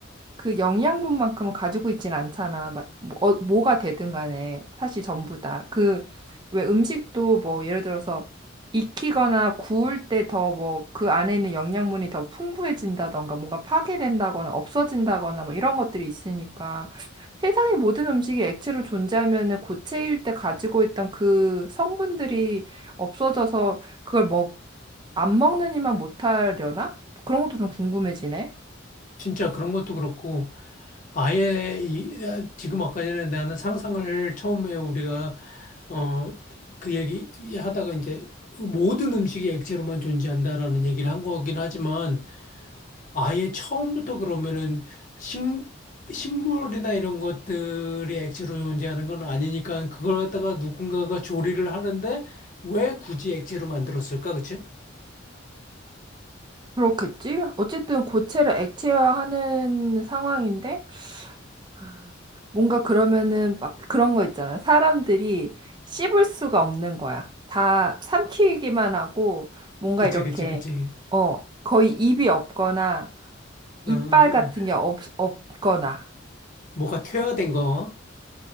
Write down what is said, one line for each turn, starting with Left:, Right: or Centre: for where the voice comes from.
Right: 그 영양분만큼은 가지고 있진 않잖아. 막, 뭐, 어, 뭐가 되든 간에, 사실 전부 다. 그, 왜 음식도 뭐, 예를 들어서 익히거나 구울 때 더 뭐, 그 안에 있는 영양분이 더 풍부해진다던가, 뭔가 파괴된다거나, 없어진다거나, 뭐, 이런 것들이 있으니까. 세상의 모든 음식이 액체로 존재하면은 고체일 때 가지고 있던 그 성분들이 없어져서 그걸 먹, 안 먹느니만 못하려나? 그런 것도 좀 궁금해지네.
Left: 진짜 그런 것도 그렇고, 아예 이, 아, 지금 아까 전에 나는 상상을 처음에 우리가, 어, 그 얘기 하다가 이제 모든 음식이 액체로만 존재한다라는 얘기를 한 거긴 하지만, 아예 처음부터 그러면은 식, 식물이나 이런 것들이 액체로 존재하는 건 아니니까 그걸 갖다가 누군가가 조리를 하는데 왜 굳이 액체로 만들었을까? 그치?
Right: 그렇겠지? 어쨌든 고체를 액체화하는 상황인데, 아, 뭔가 그러면은 막 그런 거 있잖아. 사람들이 씹을 수가 없는 거야. 다 삼키기만 하고, 뭔가
Left: 그치,
Right: 이렇게,
Left: 그치, 그치.
Right: 어, 거의 입이 없거나, 이빨
Left: 어, 어,
Right: 같은
Left: 어.
Right: 게 없, 없거나.
Left: 뭐가 퇴화된 거.